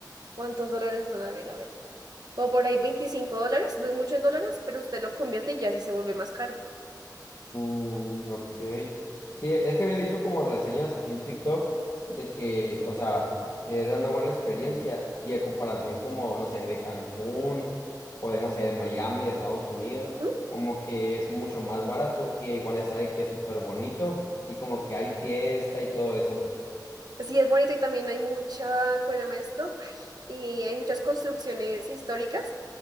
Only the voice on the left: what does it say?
Mm, ok. Sí, es que había visto como reseñas así en TikTok de que, o sea, que era una buena experiencia y a comparación como, no sé, de Cancún o de, no sé, de Miami, de Estados Unidos,
como que es mucho más barato y igual está de que es súper bonito y como que hay fiesta y todo eso, pues.